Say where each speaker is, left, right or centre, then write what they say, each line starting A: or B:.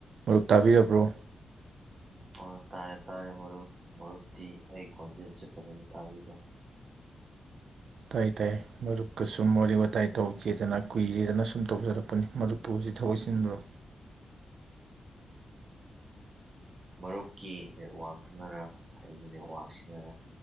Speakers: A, on the right; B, on the right.
A: ꯃꯔꯨꯞ ꯇꯥꯕꯤꯔꯕ꯭ꯔꯣ
B: ꯑꫭ ꯇꯥꯔꯦ ꯇꯥꯔꯦ ꯃꯔꯨꯞ ꯃꯔꯨꯞꯇꯤ ꯑꯩ ꯈꯣꯟꯖꯦꯜꯁꯦ ꯐꯖꯅ ꯇꯥꯕꯤꯕ꯭ꯔꯣ
A: ꯇꯥꯏ ꯇꯥꯏ ꯃꯔꯨꯞꯀ ꯁꯨꯝ ꯋꯥꯔꯤ ꯋꯥꯇꯥꯏ ꯇꯧꯖꯦꯗꯅ ꯀꯨꯏꯔꯦꯗꯅ ꯁꯨꯝ ꯇꯧꯖꯔꯛꯄꯅꯤ ꯃꯔꯨꯞ ꯕꯔꫭꯁꯦ ꯆꯤꯟꯕ꯭ꯔꯣ
B: ꯃꯔꯨꯞꯀꯤ ꯅꯦꯠꯋꯥꯛꯇꯨꯅꯔ ꯑꯩꯒꯤ ꯅꯦꯠꯋꯥꯛꯁꯤꯅꯔ